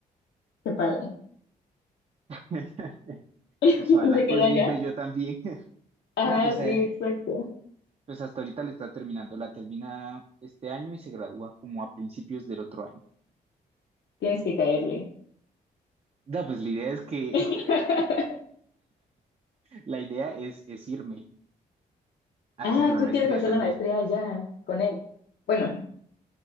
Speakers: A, on the left (about 60°); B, on the right (about 30°).
A: qué padre.
B: <laughs>
A: <laughs> ¿Y
B: Pues ojalá
A: se queda
B: poder
A: allá?
B: irme yo también. <laughs>
A: Ah,
B: No, pues,
A: sí,
B: eh,
A: exacto.
B: pues hasta ahorita le está terminando, la termina este año y se gradúa como a principios del otro año.
A: Tienes que caerle.
B: No, pues la idea es que
A: <laughs>
B: <laughs> la idea es, es irme a
A: Ah,
B: hacer la
A: tú
B: maestría
A: quieres hacer
B: también,
A: la maestría allá con él. Bueno,